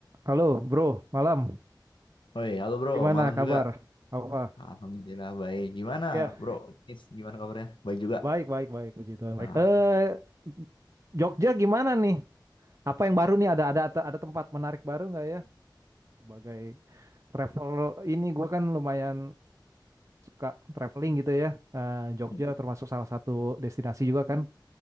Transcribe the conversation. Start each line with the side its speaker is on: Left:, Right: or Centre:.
Right: Halo, bro. Malam.
Left: Woi, halo bro,
Right: Gimana
Left: malam
Right: kabar?
Left: juga.
Right: Apa?
Left: Alhamdulillah baik. Gimana
Right: Iya,
Left: bro? Nis, Gimana kabarnya? Baik juga.
Right: baik, baik, baik. Puji Tuhan,
Left: Nah,
Right: baik. Eh, Jogja gimana nih? Apa yang baru nih? Ada ada ada tempat menarik baru nggak ya? Sebagai travel ini, gue kan lumayan suka traveling gitu ya. Eh, Jogja
Left: mm,
Right: termasuk salah satu destinasi juga kan.